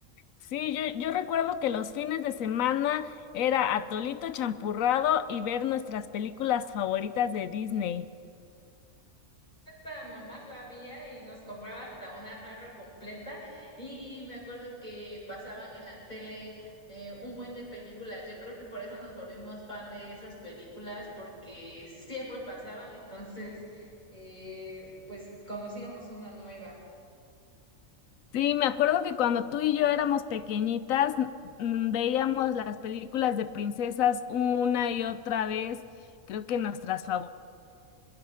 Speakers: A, on the left; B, on the left.
A: Sí, yo, yo recuerdo que los fines de semana era atolito champurrado y ver nuestras películas favoritas de Disney.
B: Esta mamá sabía y nos compraba hasta una jarra completa y me acuerdo que pasaban en la tele eh, un buen de películas. Yo creo que por eso nos volvimos fan de esas películas porque siempre pasaban, entonces eh, pues conocíamos una nueva.
A: Sí, me acuerdo que cuando tú y yo éramos pequeñitas, mm, veíamos las películas de princesas una y otra vez. Creo que nuestras favoritas